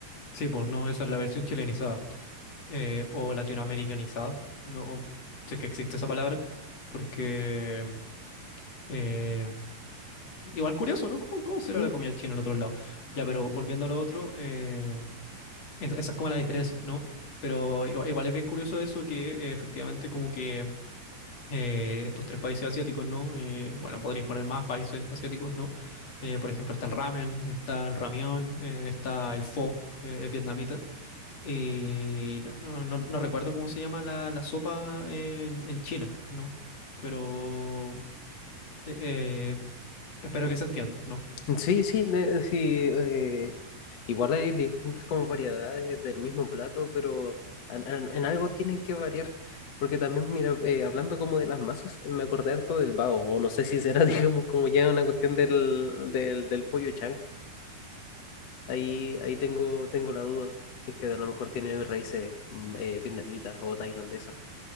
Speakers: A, on the left (about 40°); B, on the left (about 60°).
A: Sí, pues no, esa es la versión chilenizada eh, o latinoamericanizada. No sé que existe esa
B: sí.
A: palabra, porque eh, igual curioso, ¿no? ¿Cómo, cómo
B: Sí,
A: será la comida china en otro lado? Ya, pero volviendo a lo otro, eh, es- esa es como la diferencia, ¿no? Pero igual, igual es bien curioso eso que eh, efectivamente como que eh, estos tres países asiáticos, ¿no? Eh, bueno, podríais poner más países asiáticos, ¿no? Eh, por ejemplo, está el ramen, está el ramión, eh, está el pho, que es vietnamita, y no, no- no- no recuerdo cómo se llama la, la sopa en, en China, ¿no? Pero eh, eh, espero que se entienda, ¿no?
B: Sí, sí, de- sí. eh, igual hay distintas como variedades del mismo plato, pero en, en- en algo tienen que variar. Porque también, mira, eh, hablando como de las masas, me acordé harto del bao, o no sé si será, <laughs> digamos, como ya una cuestión del, del, del pollo chang. Ahí, ahí tengo, tengo la duda, si es que a lo mejor tiene raíces mm, eh, vietnamitas o tailandesas.